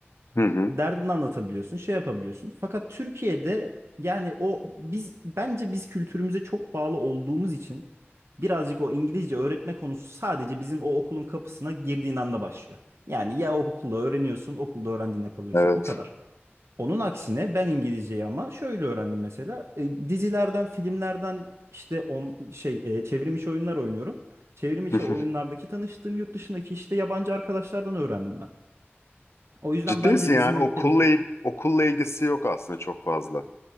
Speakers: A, on the left (about 80°); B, on the right (about 80°).
A: Evet. Hı hı.
B: Derdini anlatabiliyorsun, şey yapabiliyorsun. Fakat Türkiye'de yani o biz bence biz kültürümüze çok bağlı olduğumuz için birazcık o İngilizce öğretme konusu sadece bizim o okulun kapısına girdiğin anda başlıyor. Yani ya okulda öğreniyorsun, okulda öğrendiğinde kalıyorsun,
A: Evet.
B: o kadar. Onun aksine ben İngilizceyi ama şöyle öğrendim mesela. E, dizilerden, filmlerden işte on, şey e, çevrim içi oyunlar oynuyorum. Çevrim içi
A: <laughs>
B: oyunlardaki tanıştığım yurt dışındaki işte yabancı arkadaşlardan öğrendim ben. O yüzden
A: Ciddi
B: bence
A: misin yani
B: bizim ülkedeki
A: okulla, okulla ilgisi yok aslında çok fazla.